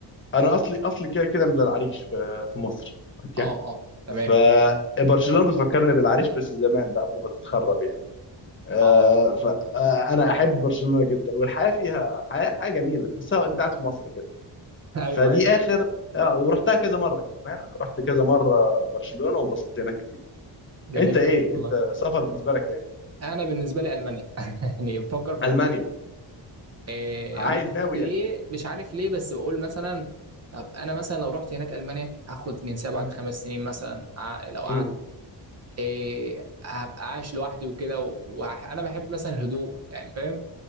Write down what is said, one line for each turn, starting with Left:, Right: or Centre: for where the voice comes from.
Left: انا اصلي اصلي كده كده من العريش في في مصر اوكي
Right: اه اه تمام
Left: فبرشلونه بتفكرني بالعريش بس زمان بقى قبل ما تتخرب يعني آه
Right: اه
Left: فانا احب برشلونه جدا والحياه فيها حياه حياه جميله تحسها انت قاعد في مصر كده
Right: <laughs> ايوه
Left: فدي
Right: ايوه
Left: اخر اه ورحتها كذا مره يعني بامانه رحت كذا مره برشلونه وانبسطت هناك كتير
Right: جميل
Left: انت
Right: جدا
Left: ايه انت
Right: والله
Left: سفر بالنسبه لك يعني
Right: انا بالنسبه لي المانيا <laughs> يعني بفكر في
Left: <clears throat> المانيا
Right: المانيا آه،
Left: عايز
Right: مش عارف
Left: ناوي
Right: ليه
Left: يعني
Right: مش عارف ليه بس بقول مثلا طب انا مثلا لو رحت هناك المانيا هاخد جنسيه بعد
Left: مم.
Right: خمس سنين مثلا ع- لو قعدت
Left: مم.
Right: إيه هبقى عايش لوحدي وكده وانا بحب مثلا الهدوء يعني فاهم